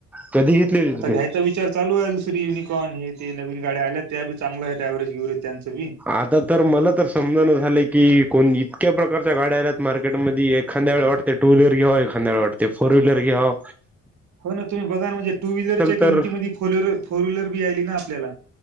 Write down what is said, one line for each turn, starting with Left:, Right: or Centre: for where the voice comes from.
Centre: कधी घेतली होती
Right: आता
Centre: तुम्ही
Right: घ्यायचा विचार- चालू आहे, दुसरी युनिकॉर्न हे ते नवीन गाड्या आल्या त्या बी चांगल्या आहेत, अँव्हरेज बिव्हरेज त्यांंच बी.
Centre: आता तर मला तर समजाना झालं की, कोण इतक्या प्रकारच्या गाड्या आल्यात मार्केटमध्ये एखांद्या वेळ वाटत- ते टू व्हीलर घेवाव, एखांद्या वेळ वाटते, फोर व्हीलर घेवाव.
Right: हो ना, तुम्ही बघा ना म्हणजे टू व्हीलरच्या किमतीमध्ये
Centre: तर
Right: फोर फोर्लर, फोर व्हीलरी आली ना आपल्याला.